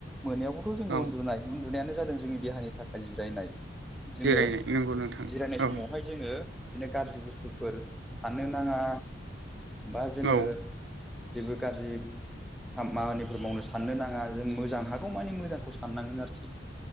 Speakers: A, in the centre; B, on the right (about 70°).
A: मोनायावबोथ' जोङो
B: औ
A: उन्दुनाय उन्दुनायानो जादों जोंनि देहानि थाखाय जिरायनाय। जोङो
B: जिरायनाय नंगौ नोंथां
A: जिरायनाय
B: औ
A: समावहाय जोङो बिदिनो गाज्रि बुस्थुफोर साननो नाङा बा जोङो
B: औ
A: जेबो गाज्रि खामानिफोर मावनो साननो नाङा जों मोजां हागौ मानिे मोजांखौ साननांगोन आरोखि